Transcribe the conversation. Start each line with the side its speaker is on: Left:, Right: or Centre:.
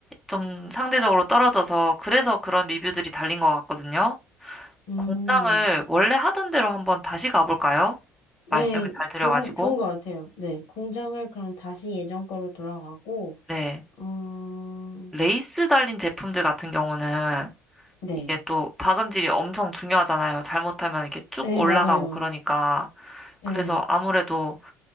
Centre: 좀 상대적으로 떨어져서 그래서 그런 리뷰들이 달린 것 같거든요.
Left: 음,
Centre: 공장을 원래 하던 대로 한번 다시 가볼까요? 말씀을
Left: 네,
Centre: 잘 드려가지고.
Left: 좋은, 좋은 것 같아요. 네, 공장을 그럼 다시 예전 거로 돌아가고,
Centre: 네.
Left: 어,
Centre: 레이스 달린 제품들 같은 경우는
Left: 네.
Centre: 이게 또 박음질이 엄청 중요하잖아요. 잘못하면 이렇게 쭉
Left: 네,
Centre: 올라가고
Left: 맞아요.
Centre: 그러니까.
Left: 네,
Centre: 그래서 아무래도